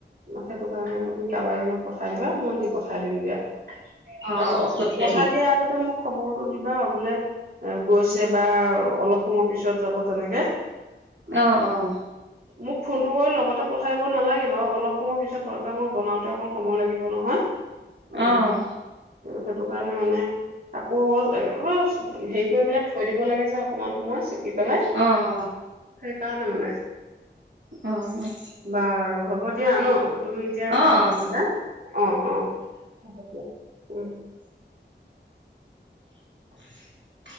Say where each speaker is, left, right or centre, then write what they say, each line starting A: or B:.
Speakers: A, on the right; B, on the right.
A: সেইটো কাৰণে তুমি কাৰোবাৰ এজনক পঠাই দিবা মই দি পঠাই দিম দিয়া।
B: অ',
A: আৰু
B: পঠিয়াই
A: পঠাই
B: দিম
A: দিয়া আগতে মোক খবৰটো দিবা আৰু বোলে এ গৈছে বা অলপ সময় পিছত যাব তেনেকে।
B: আহ আহ।
A: মোক ফোনটো কৰি লগতে পঠাইব নালাগে বাৰু অলপ সময় পিছত হয় কাৰণ মই বনাওতে অকণ সময় লাগিব নহয়। এ
B: অ',
A: সেইটো কাৰণে মানে আকৌ <unintelligible> হেৰি কৰিব পেলাই থৈ দিব লাগে যে অকমান সময়। পেলাই
B: অ',
A: সেইকাৰণে মানে
B: অ', অ',
A: বাৰু হ'ব দিয়া ন' তুমি এতিয়া
B: অ',
A: কামত লগা অ', অ', হ'ব দিয়া উম।
B: <inaudible>